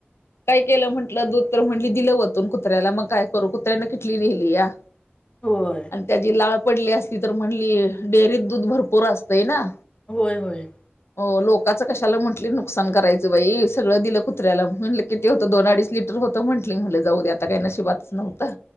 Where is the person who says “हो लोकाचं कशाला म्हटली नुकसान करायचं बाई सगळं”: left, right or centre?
Left